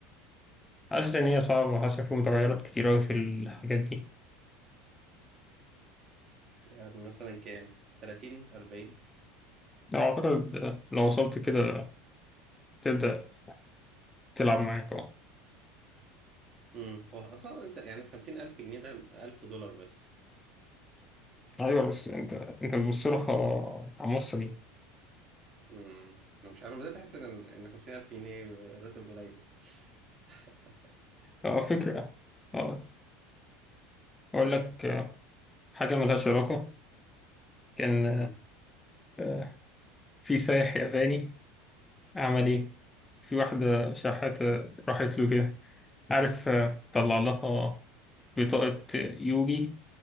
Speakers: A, on the left; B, on the right.
A: حاسس إن هي صعبة وحاسس إن في متغيرات كتير أوي في الحاجات دي
B: يعني مثلا كام 30 40
A: لو أعتقد لو وصلت كده تبدأ تلعب معاك أه
B: امم هو اصلا انت- يعني 50000 جنيه ده 1000 دولار بس
A: أيوة بس أنت أنت بتبص لها
B: امم
A: كمصري
B: امم انا مش عارف أنا بدأت احس ان ان 50000 جنيه راتب قليل <laughs>
A: أه فكرة أه أقول لك آه، حاجة ملهاش علاقة كان
B: امم
A: آه، في سايح ياباني عمل إيه؟ في واحدة شحاتة راحت له كده عارف آه، طلع لها بطاقة يوجي